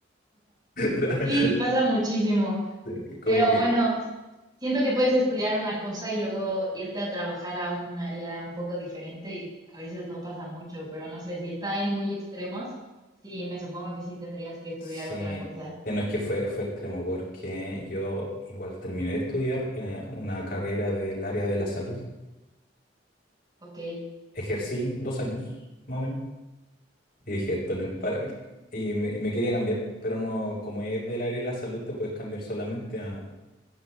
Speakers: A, on the left; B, on the right.
A: <laughs> Tra-
B: Sí, pasa muchísimo.
A: sí, Como
B: Pero
A: que...
B: bueno, siento que puedes estudiar una cosa y luego irte a trabajar a un área un poco diferente y a veces no pasa mucho, pero no sé, si está en muy extremos, sí, me supongo que sí tendrías que estudiar
A: Sí,
B: otra cosa.
A: sí, no es que fue, fue extremo, porque yo igual terminé de estudiar eh, una carrera del área de la salud.
B: Ok,
A: Ejercí dos años, más o menos, y dije, esto no es para mí. Y me, y me quería cambiar, pero no, como es del área de la salud, te puedes cambiar solamente a